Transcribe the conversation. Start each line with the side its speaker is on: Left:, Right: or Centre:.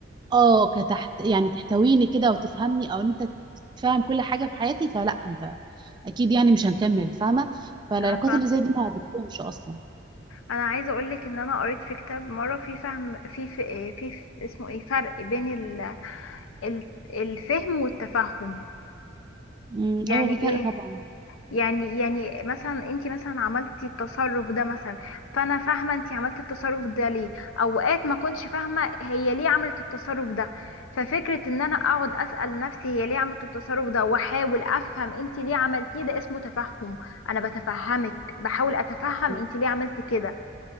Right: اه كتحت يعني تحتويني كده وتفهمني او انت تفهم كل حاجه في حياتي فلا انت اكيد يعني مش هنكمل فاهمه فالعلاقات
Left: انا فاهم
Right: اللي زي دي ما بتدومش اصلا
Left: انا عايزه اقول لك ان انا قريت في كتاب مره في فهم في في, في, في اسمه ايه فرق بين ال... ال- الفهم والتفهم
Right: امم
Left: يعني
Right: ايوه في
Left: ايه
Right: فرق طبعا
Left: يعني يعني مثلا انت مثلا عملتي التصرف ده مثلا فانا فاهمه انت عملتي التصرف ده ليه اوقات ما كنتش فاهمه هي ليه عملت التصرف ده ففكره ان انا اقعد اسال نفسي هي ليه عملت التصرف ده واحاول افهم انت ليه عملتيه ده اسمه تفهم انا بتفهمك بحاول اتفهم
Right: مم.
Left: انت ليه عملتي كده